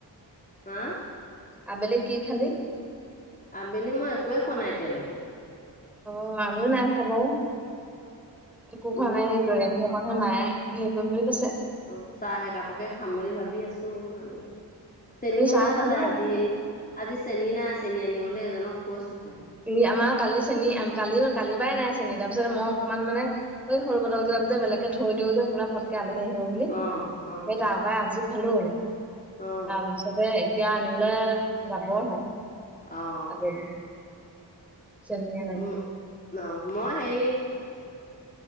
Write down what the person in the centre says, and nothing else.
আবেলি কি খালি?
অ আমিও নাই খোৱা বাৰু একো খোৱা
নাই এ
সেইকাৰণে মায়ে হেৰি কৰিম বুলি কৈছে?
আমি চাহ
খালো
আৰু
এ, আমাৰ কালি চেনী, কালি -কালি পাই নাই চেনী। তাৰপিছত, মই অকমান মানে সেই সৰু বটল কেইটাত যে, বেলেগকে থৈ দিওঁ যে, কোনাবা ফটকে আলহী আহিব বুলি। সেই,
তাত <unintelligible> আজি খালোঁ। তাৰপিছতে,
এতিয়া আনিবলৈ যাবহে।
আবেলি চেনিয়ে নাই